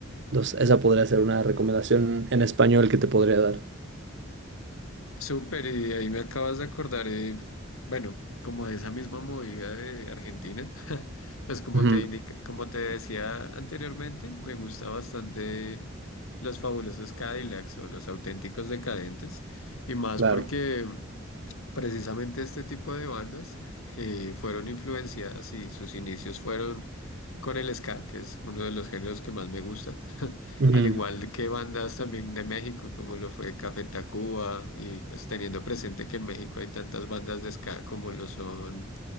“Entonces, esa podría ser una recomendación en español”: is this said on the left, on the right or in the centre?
Right